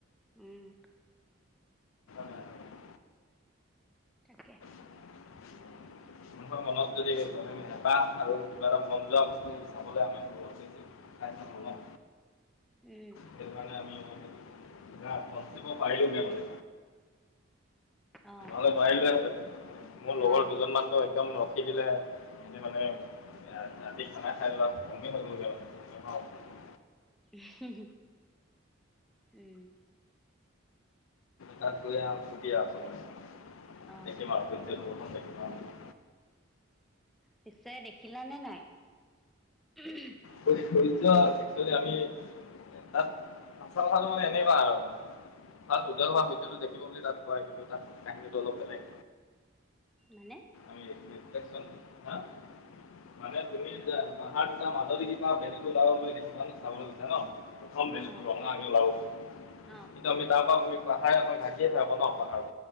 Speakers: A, in the centre; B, on the left.
A: উম
B: বেয়া কৰি দিয়ে।
A: তাকে,
B: উম মানুহৰ মনত যদি মানে হেঁপাহ আৰু কিবা এটা মন যোৱা বস্তু চাবলে আমি সেইটোয়ে চাই আছিলো ন
A: উম
B: সেইকাৰণে আমি <unintelligible> ওপৰত উঠিব পাৰিম আগলৈ।
A: অ
B: আৰু নোৱাৰিলোঁহেতেন, মোৰ লগৰ
A: অ
B: দুজনমান ত একদম ৰ খিদিলে, সিহঁতি মানে আ আজি খানা খাই লোৱা গমেই হৈ গ'ল গে <unintelligible>
A: উ হুহু উম।
B: তাত গৈ আও শুবি আও <unintelligible>
A: অ
B: দেখিম আৰু <unintelligible>
A: পিছে দেখিলানে নাই উ উহু?
B: <unintelligible> এক্সুৱেলি আমি তাত সঁচা কথাটো মানে এনেকুৱা আৰু। তাত গোটেই সোপাই ভিদিঅটো দেখিব বুলি তাত থৈ আহিছিলোঁ কিন্তু তাত কাহিনীটো অলপ বেলেগ।
A: মানে?
B: <unintelligible> মানে তুমি যে পাহাৰ দুটাৰ মাজদিকি <unintelligible> বেলিটো ওলাব বুলি দেখি চা চাব লৈছা ন, প্ৰথম বেলিটো
A: অ
B: ৰং তা আমি ওলাও কিন্তু
A: অ
B: আমি তাৰ পৰা আমি পাহাৰে আমাক ঢাকিয়ে থৈ আক ন পাহাৰত।